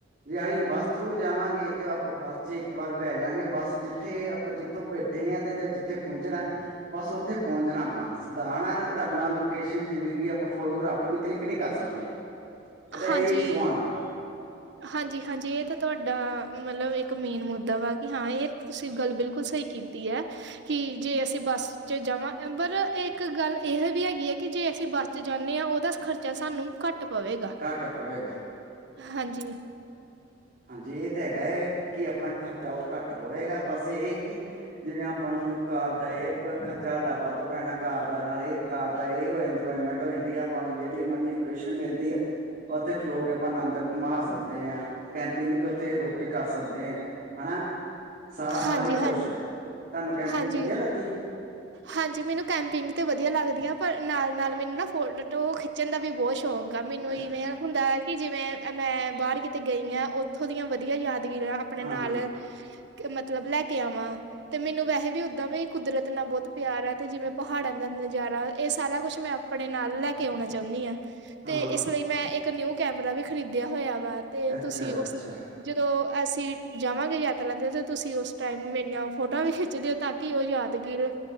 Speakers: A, on the right (about 50°); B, on the right (about 65°).
A: ਜੇ ਅਈ ਬੱਸ ਥਰੂ ਜਾਵਾਂਗੇ, ਤੇ ਆਪਾਂ ਬੱਸ ਚ ਇੱਕ ਵਾਰ ਬਹਿ ਜਾਗੇ ਬੱਸ ਜਿੱ ਜਿੱਥੇ ਆਪਾਂ ਜਿੱਥੋਂ ਬੈਠੇ ਆ ਤੇ ਜਾਂ ਜਿੱਥੇ ਪਹੁੰਚਣਾ ਬਸ ਉੱਥੇ ਪਹੁੰਚਣਾ ਆਪਾਂ। ਦਾਣਾ ਅਪਣਾ ਲੋਕੇਸ਼ਨ ਜਿਵੇਂ ਕਿ ਆਪਾਂ ਫੋਟੋਗ੍ਰਾਫ ਕਲਿੱਕ ਨੀ ਕਰ ਸਕਦੇ। ਐਦਾ
B: ਹਾਂਜੀ
A: ਏ ਛੁਆਣਾ।
B: ਹਾਂਜੀ-ਹਾਂਜੀ ਏ ਤਾਂ ਤੁਹਾਡਾ ਮਲਬ ਇੱਕ ਮੇਨ ਮੁੱਦਾ ਵਾ ਕਿ ਹਾਂ ਏ ਤੁਸੀਂ ਗੱਲ ਬਿਲਕੁਲ ਸਈ ਕੀ ਤੀ ਐ। ਕਿ ਜੇ ਅਸੀਂ ਬੱਸ ਚ ਜਾਵਾ ਪਰ ਇੱਕ ਗੱਲ ਏਹ ਵੀ ਹੈਗੀ ਐ ਕਿ ਜੇ ਅਸੀਂ ਬੱਸ ਤੇ ਜਾਨੇ ਆ ਉਹਦਾ ਖਰਚਾ ਸਾਨੂੰ ਕਾਟ ਪਵੇਗਾ,
A: ਘੱਟ ਪਵੇਗਾ
B: ਹਾਂਜੀ।
A: ਹਾਂਜੀ, ਏਹ ਤੇ ਹੈਗਾ ਹੈ ਕਿ ਅਪਣਾ ਖਰਚਾ ਉਹ ਕੱਟ ਪਵੇਗਾ, ਬਸ ਇਹ ਕਿ ਜਿਵੇਂ ਆਪਾਂ ਨੂੰ ਕਾਰ ਦਾ ਏ ਖਰਚਾ ਸਾਡਾ ਵੱਧ ਪੈਣਾ ਕਾਰ ਦਾ ਨਾਲ ਏਹ ਕਾਰ ਦਾ ਇਹ ਇੰਜੋਏਮੈਂਟ ਹੋ ਜਾਂਦੀ ਆ ਆਪਾਂ ਨੂੰ ਜੇੜੀ ਮਰਜ਼ੀ ਲੋਕੇਸ਼ਨ ਮਿਲਦੀ ਐ। ਉੱਥੇ ਖਲੋ ਕੇ ਆਪਾਂ ਆਨੰਦ ਮਾ ਸਕੱਦੇ ਆ। ਕੈਂਪਿੰਗ ਵੀ ਉੱਥੇ ਰੁਕ ਕੇ ਕਰ ਸਕਦੇ ਆ ਹਨਾ ਸਾਰਾ ਹਰ
B: ਹਾਂਜੀ,
A: ਇੱਕ ਕੁਛ।
B: ਹਾਂ
A: ਤਾਨੂੰ ਕੈਂਪਿੰਗ
B: ਹਾਂਜੀ।
A: ਵਧੀਆ ਲੱਗਦੀ ਏ?
B: ਹਾਂਜੀ ਮੈਨੂੰ ਕੈਂਪਿੰਗ ਤੇ ਵਧੀਆ ਲੱਗਦੀ ਆ ਪਰ ਨਾਲ-ਨਾਲ ਮੈਨੂੰ ਨਾ ਫੋ ਟੋ ਖਿ ਚਣ ਦਾ ਵੀ ਬੋਤ ਸ਼ੌਕ ਆ ਮੈਨੂੰ
A: ਹੈ
B: ਇਵੇਂ ਹੁੰਦਾ ਕਿ ਜਿਵੇਂ ਮੈਂ ਬਾਰ ਕਿਤੇ ਗਈ ਆ ਉੱਥੋਂ ਦੀਆਂ ਵਧੀਆ ਯਾਦਗਿਰੀਆ ਅਪਣੇ
A: ਹਾਂਜੀ
B: ਨਾਲ ਮਤਲਬ ਲੈ ਕੇ ਆਵਾਂ ਤੇ ਮੈਨੂੰ ਵੈਹੇ ਵੀ ਓਦਾਂ ਵੀ ਕੁਦਰਤ ਨਾਲ ਬੋਤ ਪਿਆਰ ਐ। ਤੇ ਜਿਵੇਂ ਪਹਾੜਾਂ ਦਾ ਨਜ਼ਾਰਾ ਏ ਸਾਰਾ ਕੁਛ ਮੈਂ ਆਪਣੇ ਨਾਲ ਲੈ ਕੇ ਆਣਾ ਚਾਹੁੰਨੀ ਆ ਤੇ
A: ਹਾਂ
B: ਇਸ ਲਈ ਮੈਂ, ਇੱਕ ਨਿਊ ਕੈਮਰਾ ਵੀ ਖਰੀਦਿਆ ਹੋਇਆ ਵਾ। ਤੇ
A: ਅੱਛਾ
B: ਤੁਸੀਂ
A: ਅੱਛਾ
B: ਉਸ ਜਦੋਂ ਅਸੀਂ ਜਾਵਾਂਗੇ ਯਾ ਪਤਾ ਲੱਗ ਤੁਸੀਂ ਉਸ ਟਾਈਮ ਮੇਰੀਆਂ ਫੋਟੋਆਂ ਵੀ ਖਿੱਚਦੇ ਤਾਂ ਕਿ ਉਹ ਯਾਦਗੀਰ ਰੇ।